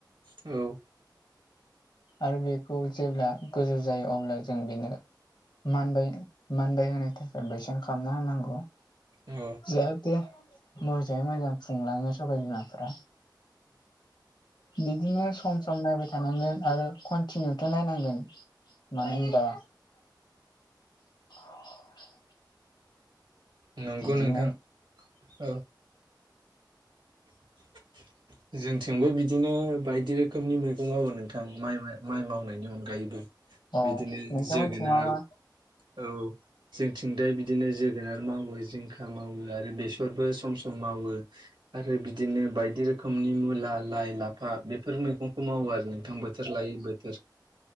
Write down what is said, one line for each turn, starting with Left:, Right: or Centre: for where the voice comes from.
Right: औ
Left: आरो बेखौ जेब्ला गोजौ जायो अब्ला जों बेनो मानबायपो मानबायहोनो थाखाय बैसां खालामना होनांगौ
Right: औ
Left: जाहाथे मोजाङै मोजां खुंलाङो सबायबिमाफोरा बिदिनो सम सम नायबाय था नांगोन आरो कन्टिनिउथ' नायनांगोन मानो होनबा <unintelligible>
Right: नंगौ
Left: बिदिनो
Right: नोंथां ओ <unintelligible> जोंथिंबो बिदिनो बायदि रोखोमनि मैगं मावो नोंथां माइ माइ मावनायनि अनगायैबो
Left: अ
Right: बिदिनो
Left: नोंथांमोनथिं
Right: जोगोनार
Left: मा मा
Right: औ जोंथिंदाय बिदिनो जोगोनार मावो जिंखा मावो आरो बेसरबो सम सम मावो आरो बिदिनो बायदि रोखोमनि मुला लाइ लाफा बेफोर मैगंखौ मावो आरो नोंथां बोथोर लायै बोथोर